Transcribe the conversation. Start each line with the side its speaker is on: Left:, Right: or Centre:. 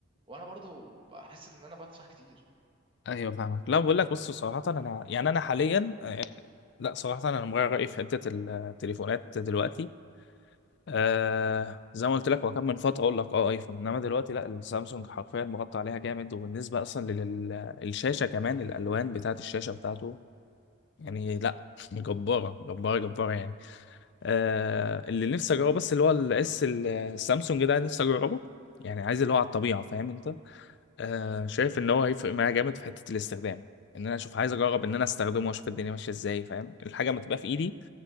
Right: وانا برضه بحس ان انا بدفع كتير
Left: ايوه فاهمك لا بقول لك بص صراحه انا يعني انا حاليا آه، لا صراحه انا مغير رايي في حته التليفونات دلوقتي آه زي ما قلت لك هو كان من فتره اقول لك اه ايفون انما دلوقتي لا السامسونج حرفيا مغطى عليها جامد وبالنسبه اصلا للشاشه كمان الالوان بتاعه الشاشه بتاعته يعني لا <laughs> جباره جباره جباره يعني آه اللي نفسي اجربه بس اللي هو الاس السامسونج ده نفسي اجربه يعني عايز اللي هو على الطبيعه فاهم انت آه شايف ان هو هيفرق معايا جامد في حته الاستخدام ان انا اشوف عايز اجرب ان انا استخدمه واشوف الدنيا ماشيه ازاي فاهم الحاجه ما تبقى في ايدي